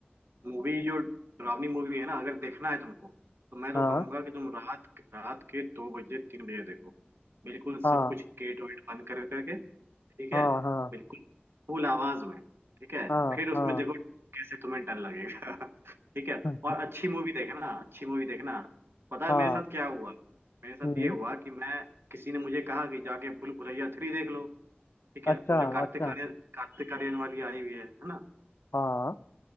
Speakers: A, on the right (about 75°); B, on the left (about 85°).
A: मूवी जो डरावनी मूवी है ना अगर देखना है तुमको तो मैं तो
B: हाँ
A: कहूंगा कि तुम रात रात के दो बजे तीन बजे देखो बिल्कुल
B: हाँ
A: सब कुछ गेट वेट बंद कर करके ठीक
B: हाँ
A: है
B: हाँ
A: बिल्कुल फुल आवाज में ठीक है
B: हाँ
A: फिर उसमें
B: हाँ
A: देखो कैसे तुम्हें डर लगेगा <laughs> ठीक है
B: <laughs>
A: और अच्छी मूवी देखना अच्छी मूवी देखना पता है
B: हाँ
A: मेरे साथ क्या हुआ मेरे साथ
B: हम्म
A: ये हुआ कि मैं किसी ने मुझे कहा कि जाके भूल भुलैया थ्री देख लो ठीक
B: अच्छा
A: है वो जो कार्तिक
B: अच्छा
A: आर्यन कार्तिक आर्यन वाली आई हुई है है ना
B: हाँ